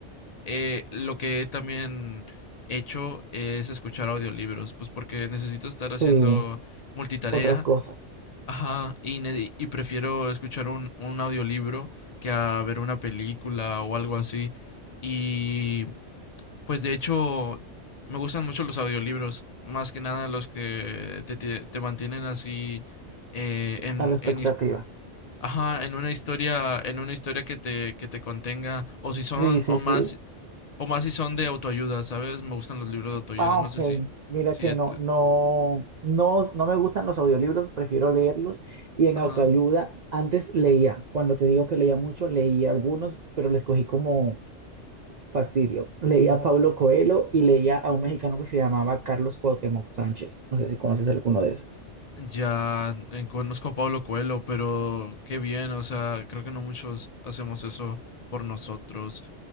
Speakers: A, on the left (about 40°); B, on the right (about 60°).
A: Eh, lo que he también hecho es escuchar audiolibros, pues porque necesito estar
B: Sí,
A: haciendo multitarea,
B: otras cosas,
A: ajá, y, ne- y prefiero escuchar un, un audiolibro que a ver una película o algo así. Y pues de hecho me gustan mucho los audiolibros, más que nada los que te, te- te mantienen así eh, en,
B: a la expectativa.
A: en, his- Ajá, en una historia, en una historia que te, que te contenga, o si son,
B: Sí, sí,
A: o
B: sí.
A: más, o más si son de autoayuda, ¿sabes? Me gustan los libros de autoayuda,
B: Ah,
A: no
B: ok.
A: sé si,
B: Mira
A: si,
B: que
A: et-
B: no, no, no, no me gustan los audiolibros, prefiero leerlos. Y en
A: ajá.
B: autoayuda, antes leía, cuando te digo que leía mucho, leía algunos, pero les cogí como fastidio. Leía a Pablo Coelho y leía a un mexicano que se llamaba Carlos Cuauhtémoc Sánchez. No sé si conoces alguno de esos.
A: Ya eh, conozco a Pablo Coelho, pero qué bien, o sea, creo que no muchos hacemos eso por nosotros.